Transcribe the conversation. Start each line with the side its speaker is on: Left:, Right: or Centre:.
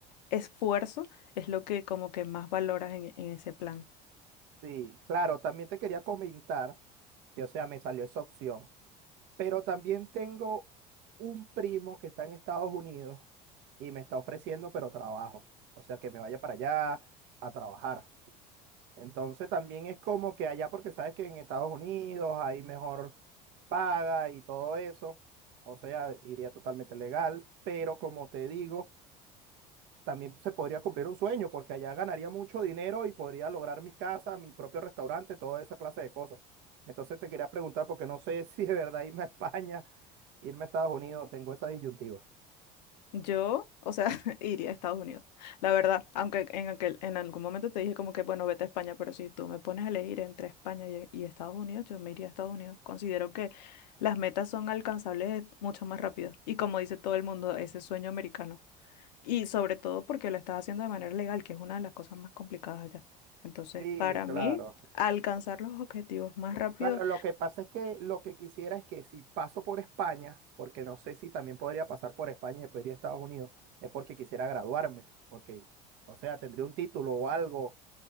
Left: esfuerzo es lo que como que más valoras en, en ese plan.
Right: Sí, claro, también te quería comentar que, o sea, me salió esa opción, pero también tengo un primo que está en Estados Unidos y me está ofreciendo, pero trabajo, o sea, que me vaya para allá a trabajar. Entonces también es como que allá, porque sabes que en Estados Unidos hay mejor paga y todo eso, o sea, iría totalmente legal, pero como te digo, también se podría cumplir un sueño, porque allá ganaría mucho dinero y podría lograr mi casa, mi propio restaurante, toda esa clase de cosas. Entonces te quería preguntar, porque no sé <laughs> si de verdad irme a España, irme a Estados Unidos, tengo esa disyuntiva.
Left: Yo, o sea, <laughs> iría a Estados Unidos, la verdad, aunque en aquel, en algún momento te dije como que, bueno, vete a España, pero si tú me pones a elegir entre España y, y Estados Unidos, yo me iría a Estados Unidos. Considero que las metas son alcanzables mucho más rápido y como dice todo el mundo, ese sueño americano. Y sobre todo porque lo estás haciendo de manera legal, que es una de las cosas más complicadas allá. Entonces,
Right: Sí,
Left: para
Right: claro.
Left: mí, alcanzar los objetivos más rápido.
Right: Claro, lo que pasa es que lo que quisiera es que si paso por España, porque no sé si también podría pasar por España y después ir a Estados Unidos, es porque quisiera graduarme, porque, o sea, tendría un título o algo